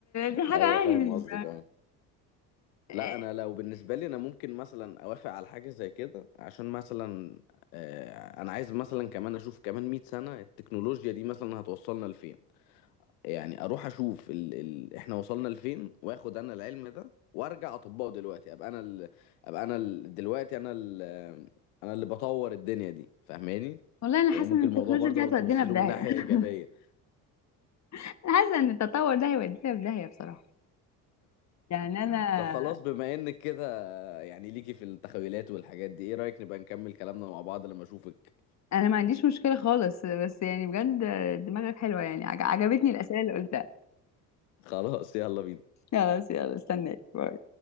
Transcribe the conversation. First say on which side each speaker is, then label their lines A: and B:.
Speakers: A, on the left; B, on the left.
A: دي حاجه
B: ايوه فاهم
A: يعني من
B: قصدك اه
A: آه،
B: لا انا لو بالنسبه لي انا ممكن مثلا اوافق على حاجه زي كده عشان مثلا آه انا عايز مثلا كمان اشوف كمان 100 سنه التكنولوجيا دي مثلا هتوصلنا لفين يعني اروح اشوف ال... ال... احنا وصلنا لفين واخد انا العلم ده وارجع اطبقه دلوقتي ابقى انا ال... ابقى انا ال... دلوقتي انا ال... انا اللي بطور الدنيا دي فاهماني
A: والله انا
B: يعني
A: حاسه
B: ممكن
A: ان التكنولوجيا
B: الموضوع برضه
A: دي هتودينا
B: تبص له
A: في داهيه
B: من ناحية
A: <laughs>
B: إيجابية <laughs>
A: انا حاسه ان التطور ده هيودينا في داهيه بصراحه يعني انا
B: طب خلاص بما انك كده يعني ليكي في التخيلات والحاجات دي ايه رأيك نبقى نكمل كلامنا مع بعض لما اشوفك
A: انا ما عنديش مشكله خالص بس يعني بجد دماغك حلوه يعني عج- عجبتني الاسئله اللي قلتها
B: خلاص يلا بينا
A: خلاص يلا استناك باي